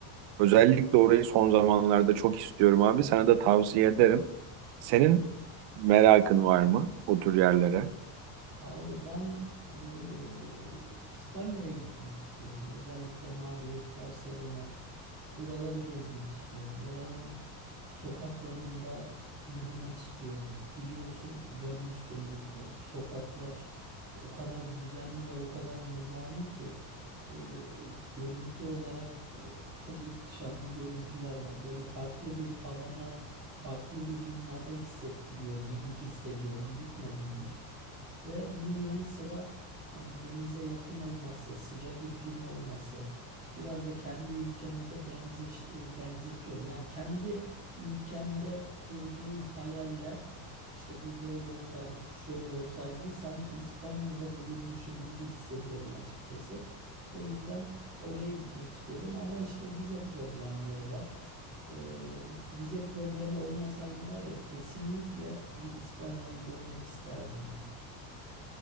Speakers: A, on the right; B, on the right.
A: Özellikle orayı son zamanlarda çok istiyorum abi. Sana da tavsiye ederim. Senin merakın var mı o tür yerlere?
B: Abi ben eee, İspanya'ya gitmek istiyorum. Özellikle Madrid, Barcelona buraları gezmek istiyorum. Oranın sokaklarında yürümek istiyorum. Biliyorsun, görmüşsündür o sokaklar o kadar düzenli ve o kadar nizami ki eee, o görüntü olarak eee, çok ihtişamlı görüntüler var. Böyle farklı bir havada, farklı bir dünyada hissettiriyor gibi hissediyorum. Gitmedim henüz. Ve bunun yanı sıra hani denize yakın olması, sıcak iklimi olması, biraz da kendi ülkeme de benzeş, e, benzetiyorum. Yani kendi ülkemde kurduğum hayaller işte bu böyle olsaydı, şu şöyle olsaydı sanki İspanya'da bulurmuşum gibi hissediyorum açıkçası. O yüzden oraya gitmek istiyorum ama işte vize problemleri var. Ee, vize problemi olmasaydı var ya kesinlikle bir İspanya'yı görmek isterdim yani.